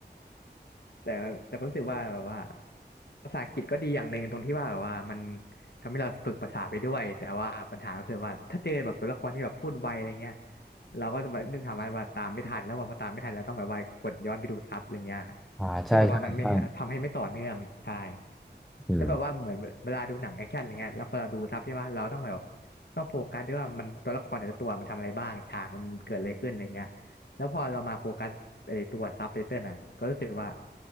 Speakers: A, on the left; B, in the centre.
A: แต่แต่ก็รู้สึกว่าแบบว่าภาษาอังกฤษก็ดีอย่างหนึ่งตรงที่ว่าแบบว่ามันทำให้เราฝึกภาษาไปด้วยแต่ว่าปัญหาก็คือว่าถ้าเจอแบบตัวละครที่แบบพูดไวอะไรเงี้ยเราก็จะแบบไม่สามารถว่าตามไม่ทันแล้วพอตามไม่ทันเราต้องแบบว่ากดย้อนไปดูซับอะไรเงี้ย
B: อ่าใช่ใช่ใช่
A: ซึ่งแบบว่ามันไม่ทำให้ไม่ต่อเนื่องใช่
B: อืม
A: แล้วแบบว่าเหมือนเวลาดูหนังแอคชั่นอะไรเงี้ยแล้วพอเราดูซับใช่ไหมเราต้องแบบต้องโฟกัสด้วยว่ามันตัวละครแต่ละตัวมันทำอะไรบ้างฉากมันเกิดอะไรขึ้นอะไรเงี้ย แล้วพอเรามาโฟกัสไอ้ตัวซับไตเติลอ่ะก็รู้สึกว่า